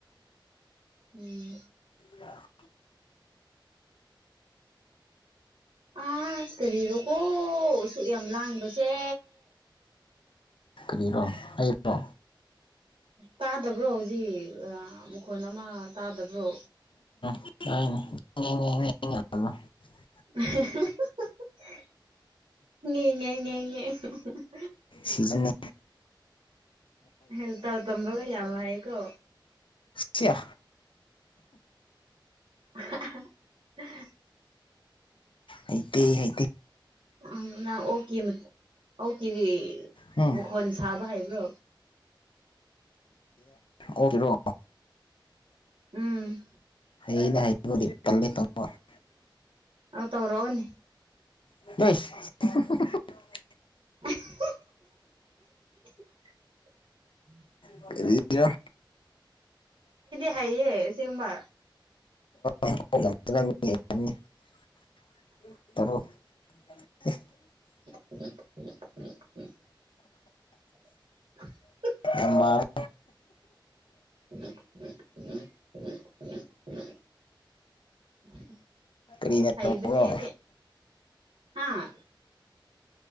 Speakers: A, on the right; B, on the left.
A: ꯎꯝ
B: ꯍ
A: ꯑꯁ ꯀꯔꯤꯔꯣꯀꯣ ꯑꯁꯨꯛ ꯌꯥꯝ ꯂꯥꯡꯕꯁꯦ
B: ꯀꯔꯤꯔꯣ ꯑꯩꯕ꯭ꯔꯣ
A: ꯇꯥꯗꯕ꯭ꯔꯣ ꯍꯧꯖꯤꯛ ꯃꯈꯣꯟ ꯑꯃ ꯇꯥꯗꯕ꯭ꯔꯣ
B: <unintelligible>
A: <unintelligible>
B: ꯁꯤꯖꯤꯅꯦ
A: ꯍ ꯇꯥꯎ ꯇꯝꯕꯒ ꯌꯥꯕ ꯍꯥꯏꯌꯦꯒꯣ
B: ꯁꯤꯌꯥ
A: <unintelligible>
B: ꯑꯩꯗꯤ ꯍꯥꯏ
A: ꯎ ꯅꯪ ꯑꯣꯀꯤꯦ ꯑꯣꯀꯤꯦ
B: ꯎꯝ
A: ꯃꯈꯣꯟ ꯁꯥꯕ ꯍꯥꯏꯕ <unintelligible>
B: ꯑꯣꯦꯔꯣ
A: ꯎꯝ
B: <unintelligible>
A: ꯑ ꯇꯧꯔꯣꯅꯤ
B: <unintelligible>
A: <unintelligible> <inaudible>
B: ꯀꯔꯤꯔ
A: ꯍꯥꯏꯌꯦ ꯑꯁꯦꯡꯕ
B: <unintelligible> <unintelligible>
A: <unintelligible> <inaudible>
B: ꯌꯥꯝ ꯃꯥꯜꯂꯦ
A: <unintelligible>
B: ꯀꯔꯤꯅ
A: ꯑꯩꯕꯅꯤ
B: ꯇꯧꯕ꯭ꯔꯣ
A: ꯑꯩꯗꯤ ꯍꯥꯥ